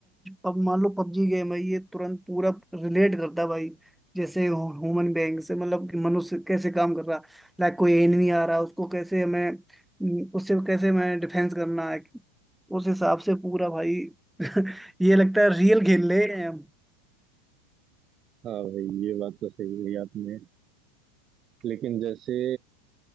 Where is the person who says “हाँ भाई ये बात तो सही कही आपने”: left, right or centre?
Right